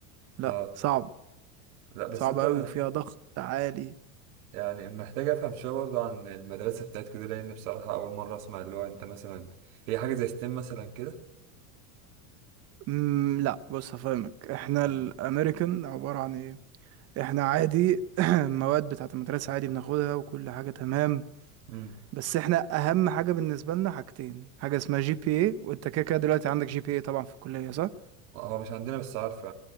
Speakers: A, on the right; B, on the right.
A: لا
B: اه
A: صعب
B: لا بس
A: صعب
B: انت
A: قوي
B: ما
A: وفيها ضغط عالي
B: يعني محتاج افهم شويه برضه عن المدرسه بتاعتك دي لان بصراحه اول مره اسمع اللي هو انت مثلا هي حاجه زي ستيم مثلا كده
A: مم لا بص هفهمك احنا
B: اه
A: الامريكان عبارة عن ايه احنا عادي <clears throat> المواد بتاعت المدرسة عادي بناخدها وكل حاجة تمام
B: امم
A: بس احنا اهم حاجة بالنسبة لنا حاجتين حاجة اسمها جي بي اي وانت كده كده دلوقتي عندك جي بي اي طبعا في الكلية صح
B: هو مش عندنا بس عارفه